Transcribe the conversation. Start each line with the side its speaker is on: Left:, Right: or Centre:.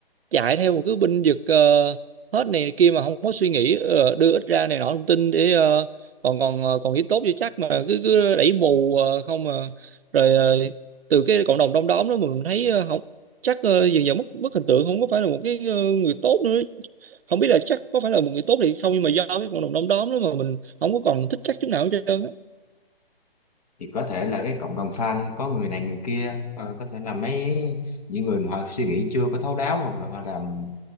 Right: chạy theo một cái binh vực ờ, hết này kia mà không có suy nghĩ ờ, đưa ít ra này nọ thông tin để ờ, còn còn ờ, còn nghĩ tốt cho chắc mà cứ cứ đẩy mù ờ, không mà rồi ờ, từ cái cộng đồng đông đóm đó mình thấy ờ, không chắc ờ, dần dần mất mất hình tượng không có phải là một cái ờ, người tốt nữa không biết là chắc có phải là một người tốt thì không nhưng mà do cái cộng đồng đông đóm đó mà mình không có còn thích chắc chút nào hết trơn á
Left: thì có thể là cái cộng đồng fan có người này người kia ờ, có thể là mấy những người mà họ suy nghĩ chưa có thấu đáo hoặc là họ làm